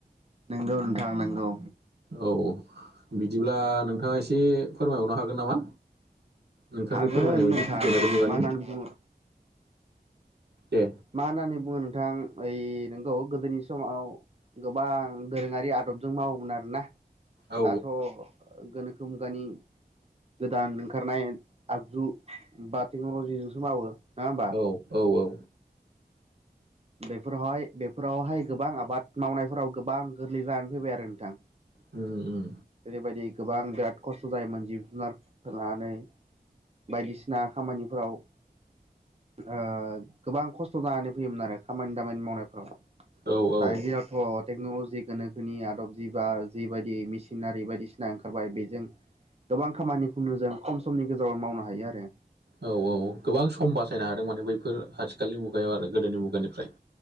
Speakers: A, on the right; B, on the right.
A: नोंगौ नोंथां नोंगौ।
B: औ बिदिब्ला नोंथाङा एसे फोरमायहरनो हागोन नामा? नोंथांनि
A: हागोन
B: फोरमायनाय बायदि
A: नोंथां
B: बिगियानारि मुगानि।
A: मा होननानै बुङो
B: दे
A: मा होननानै बुङो नोंथां? ओइ नोंगौ गोदोनि समाव गोबां दोरोङारि आदबजों मावोमोन आरो ना।
B: औ
A: दाथ' गोनोखो मुगानि गोदान ओंखारनाय आगजु बा टेक्न'लजिजोंसो मावो। होमबा
B: औ औ औ।
A: बेफोरावहाय बेफोरावहाय गोबां आबाद मावनायफोराव गोबां गोरलै जानानै फैबाय आरो नोंथां।
B: उम उम।
A: जेरैबायदि गोबां बिराद खस्थ' जायोमोन जिब जुनार लानानै बायदिसिना खामानिफोराव ओ गोबां खस्थ' जानानै फैयोमोन आरो खामानि दामानि मावनायफ्राव।
B: औ औ
A: दानि दिनावथ' टेक्न'लजि गोनोखोनि आदब जि बा जिबायदि मिसि सिनारि बायदिसिना ओंखारबाय बेजों गोबां खामानिखौनो जों खम समनि गेजेराव मावनो हायो आरो।
B: औ औ गोबां सम बासायनो हादों माने बैफोर आथिखालनि मुगायाव आरो गोदोनि मुगानिफ्राय।